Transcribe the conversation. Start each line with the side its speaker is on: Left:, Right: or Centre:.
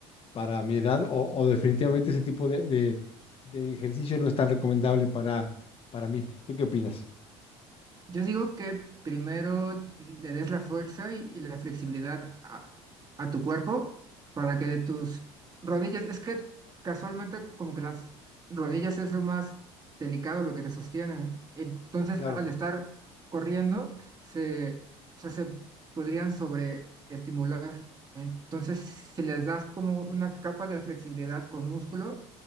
Left: para mi edad o, o definitivamente ese tipo de, de- de ejercicio no es tan recomendable para, para mí. ¿Tú qué opinas?
Right: Yo digo que primero le des la fuerza y, y la flexibilidad a, a tu cuerpo para que tus rodillas, es que casualmente como que las rodillas es lo más delicado, lo que te sostiene. Entonces,
Left: Claro.
Right: al estar corriendo, se, o sea, se podrían sobreestimular. Entonces, si les das como una capa de flexibilidad con músculo,